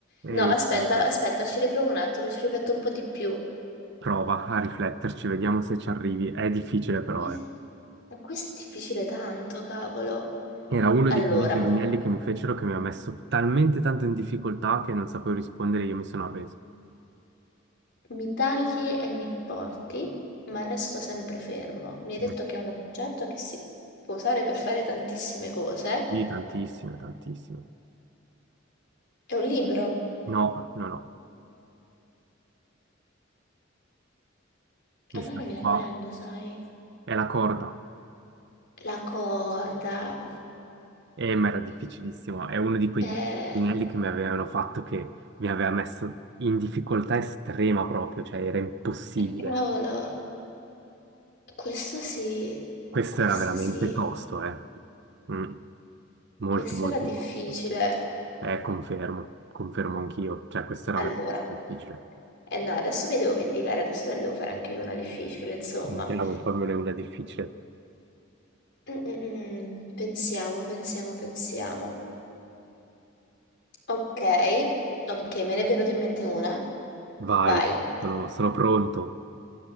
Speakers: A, on the left; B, on the right.
A: No,
B: E-
A: aspetta,
B: e-
A: aspetta, ci riprovo un attimo, ci rifletto un po' di più.
B: Prova a rifletterci, vediamo se ci arrivi. È difficile però,
A: Questo,
B: eh.
A: questo è difficile tanto, cavolo.
B: Era uno
A: Allora,
B: di quegli indovinelli che mi fecero che mi ha messo talmente tanto in difficoltà che non sapevo rispondere, io mi sono arreso.
A: mi tagli e mi porti, ma resto sempre fermo. Mi hai detto
B: Mm.
A: che è un oggetto che si può usare per fare tantissime cose.
B: Sì, tantissime, tantissime.
A: È un libro.
B: No, no, no,
A: E
B: mi
A: allora
B: sa
A: mi
B: che
A: arrendo,
B: qua
A: sai.
B: è la corda.
A: La corda.
B: E ma era difficilissimo, è uno di quei
A: Eh,
B: indovinelli che mi avevano fatto che mi aveva messo in difficoltà estrema proprio, cioè era impossibile.
A: cavolo, questo sì,
B: Questo
A: questo
B: era veramente
A: sì,
B: tosto, eh. Mm. Molto,
A: questo
B: molto
A: era difficile.
B: tosto. Eh, confermo, confermo anch'io, cioè questo era
A: Allora,
B: veramente difficile.
A: eh no, adesso mi devo vendicare, adesso te ne devo fare anche io una difficile, insomma.
B: Sentiamo, fammene una difficile.
A: Mm, mm, mm, Pensiamo, pensiamo, pensiamo. Ok, ok, me ne è venuta in mente una.
B: Vai,
A: Vai.
B: sono, sono pronto.